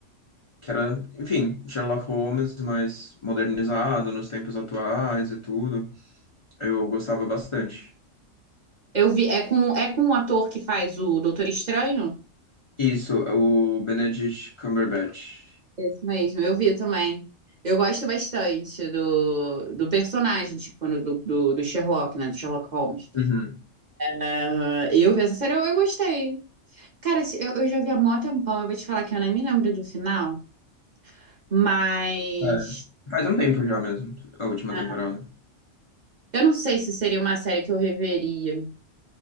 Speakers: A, on the left; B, on the right.
A: que era, enfim, Sherlock Holmes, mas modernizado nos tempos atuais e tudo. Eu gostava bastante.
B: Eu vi, é com, é com o ator que faz o Doutor Estranho?
A: Isso, o Benedict Cumberbatch.
B: Esse mesmo, eu vi também. Eu gosto bastante do, do personagem, tipo, do, do, do Sherlock, né? Do Sherlock Holmes.
A: Uhum.
B: Ah, E eu vi essa série, eu, eu gostei. Cara, se- eu, eu já vi há mó tempão, eu vou te falar que eu nem me lembro do final, mas.
A: É. Faz um tempo já mesmo, a última
B: Ah,
A: temporada.
B: eu não sei se seria uma série que eu reveria.